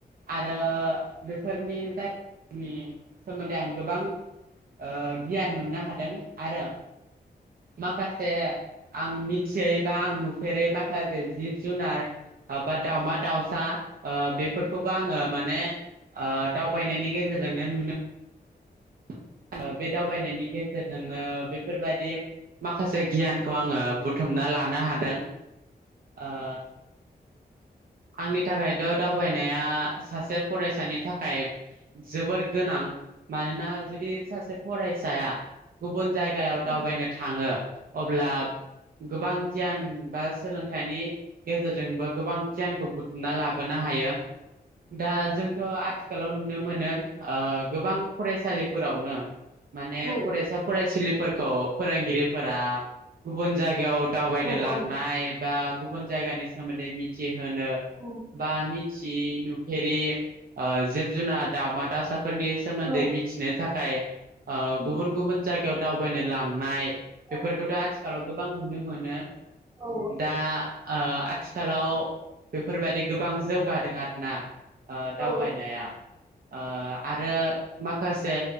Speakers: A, on the right; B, on the right.
A: आरो बेफोरनि जाय नि सोमोन्दै आं गोबां ओ गियान मोननो हादों आरो माखासे आं मिथियै बा आं नुफेरै माखासे जिब जुनार आ बा दाउमा दाउसा ओ बेफोरखौबो आङो माने ओ दावबायनायनि गेजेरजोंनो नुनो <unintelligible> बे दावबायनायनि गेजेरजोंनो बेफोरबादि माखासे गियानखौ आङो बुथुमना लानो हादों। ओ आंनि थाखायथ' दावबायनाया सासे फरायसानि थाखाय जोबोद गोनां मानोना जुदि सासे फरायसाया गुबुन जायगायाव
B: औ
A: दावबायनो थाङो अब्ला गोबां गियान बा सोलोंथाइनि गेजेरजोंबो गोबां गियानखौ बुथुमना लाबोनो हायो। दा जोंथ' आथिखालाव नुनो मोनो ओ गोबां फरेस्ट सालिफोरावनो माने
B: औ
A: फरायसा फरायसुलिफोरखौ फोरोंगिरिफोरा गुबुन जायगायाव दावबायनो
B: औ
A: लांनाय
B: औ
A: बा गुबुन जायगानि सोमोन्दै मिथ होनो
B: औ
A: बा मिथियि नुफेरि ओ जिब जुनार दाउमा दाउसा फोरनि सोमोन्दै
B: औ
A: मिथिनो थाखाय ओ
B: उम
A: गुबुन गुबन जाय गायाव दावबायनो लांनाय बेफोरखौथ'
B: औ
A: आथिखालाव गोबां नुनो मोनो।
B: औ
A: दा ओ आथिखालाव बेफोरबायदि गोबां जौगादों आरो ना ओ दावबायनाया।
B: औ
A: ओ आरो माखासे